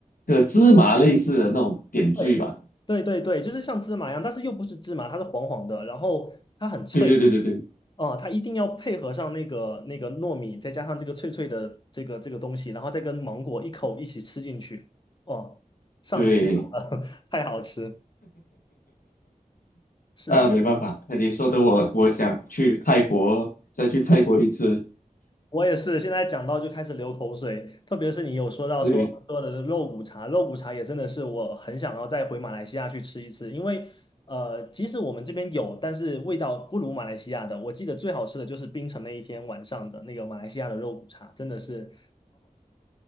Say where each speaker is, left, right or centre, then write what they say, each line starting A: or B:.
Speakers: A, on the left; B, on the left.
A: 的芝麻类似的那种点缀吧。
B: 对。对对对，就是像芝麻一样，但是又不是芝麻，它是黄黄的，然后它很脆，
A: 对对对对对
B: 哦，它一定要配合上那个那个糯米，再加上这个脆脆的这个这个东西，然后再跟芒果一口一起吃进去，哦，上天了，
A: 对。
B: <laughs> 太好吃！是啊，
A: 啊，没办法，那你说的我，我想去泰国，再去泰国一次，
B: 我也是，现在讲到就开始流口水，特别是你有说到说喝的肉骨茶，
A: 对，
B: 肉骨茶也真的是我很想要再回马来西亚去吃一次，因为呃，即使我们这边有，但是味道不如马来西亚的。我记得最好吃的就是槟城那一天晚上的那个马来西亚的肉骨茶，真的是。